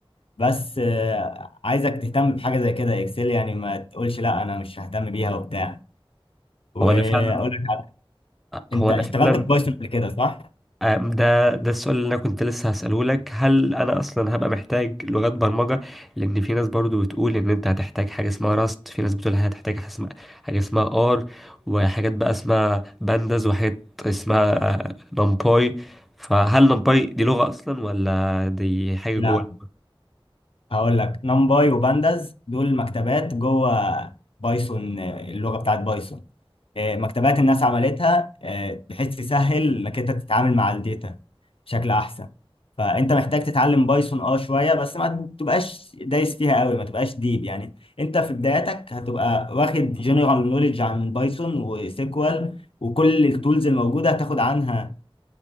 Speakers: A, on the left; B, in the centre.
A: بس آه، عايزك تهتم بحاجه زي كده اكسل يعني ما تقولش لا انا مش ههتم بيها وبتاع واقول
B: هو انا فعلا
A: لك على- انت
B: هو
A: اشتغلت
B: انا فعلا
A: ببايثون قبل كده صح؟
B: آم، ده ده السؤال اللي انا كنت لسه هسأله لك هل انا اصلا هبقى محتاج لغات برمجة لان في ناس برضو بتقول ان انت هتحتاج حاجة اسمها راست في ناس بتقول هتحتاج حاجة اسمها حاجة اسمها ار وحاجات بقى اسمها بانداز وحاجات اسمها نمباي فهل نمباي دي لغة اصلا ولا دي حاجة
A: لا
B: جوه
A: هقول لك نمباي وبانداز دول مكتبات جوه بايثون آه، اللغه بتاعت بايثون آه، مكتبات الناس عملتها آه، بحيث تسهل انك انت تتعامل مع الداتا بشكل احسن فانت محتاج تتعلم بايثون اه شويه بس ما تبقاش دايس فيها قوي ما تبقاش ديب يعني انت في بداياتك هتبقى واخد جنرال نوليدج عن بايثون وسيكوال وكل التولز الموجوده هتاخد عنها